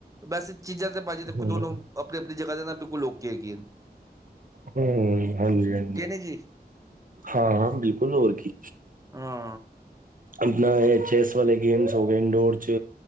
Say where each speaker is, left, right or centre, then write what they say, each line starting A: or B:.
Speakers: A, on the right; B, on the right.
A: ਵੈਸੇ ਚੀਜ਼ਾਂ ਤੇ ਭਾਜੀ ਦੇਖੋ
B: ਹੂੰ
A: ਦੋਨੋ ਆਪਣੀ ਆਪਣੀ ਜਗ੍ਹਾ ਦੇ ਨਾਲ ਬਿਲਕੁਲ ਓਕੇ ਐ ਗੇਮ।
B: ਹੂੰ, ਹਾਂਜੀ ਹਾਂਜੀ।
A: ਕਿ ਨਹੀਂ ਜੀ
B: ਹਾਂ ਬਿਲਕੁਲ ਹੋਰ ਕੀ।
A: ਹਾਂ
B: ਆਪਣਾ ਇਹ ਚੈਸ ਵਾਲੇ ਗੇਮਸ ਹੋ ਗਏ ਇੰਡੋਰ ਚ